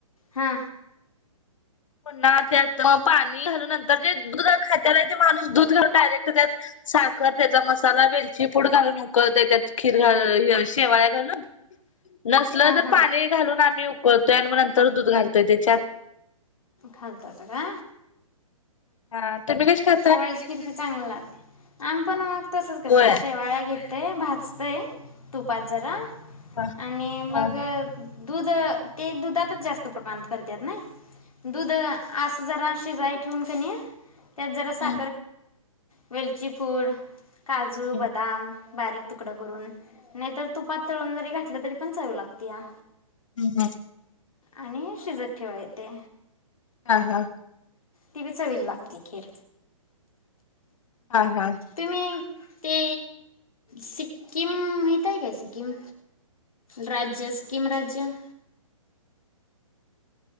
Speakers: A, on the left; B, on the left.
A: हा
B: पुन्हा त्यात म पाणी घालून नंतर जे दुध खात्याला ते माणूस दूध घालून डायरेक्ट त्यात साखर त्याजा मसाला वेलचीपूड घालून उकळत त्यात खीर घाल शेवाळ्या घालू नसलं
A: हा
B: तर
A: हा
B: पाणी घालून आम् मी उकळतोय आणि मग नंतर दूध घालतोय त्याच्यात.
A: घालतासा का?
B: हा तुम्ही कशी क
A: शेवाळ्याची खीर बी चांगली लागते आम पण तसंच करतोय
B: होय
A: शेवाळ्या घेत ते भाजतोय तूपात जरा
B: हा
A: आणि मग
B: हा
A: दुध ते दुधातच जास्त प्रमाणात करत्यात नय दुध आस जरा शिजायच ठेूउनकानी त्यात जरा
B: हम्म
A: सा वेलची फूड, काजू,
B: हम्म
A: बदाम, बारीक तुकडा करून नाहीतर तुपात तळून जरी घातलं तरी पण चाऊ लागतीया.
B: हम्म हम्म.
A: आणि शिजत ठेवा येतय
B: हा हा.
A: तीबी चवीला लागत्या खीर.
B: हा हा
A: ते मी ते सिक्कीम माहितय का सिक्कीम राज्य सिक्कीम राज्य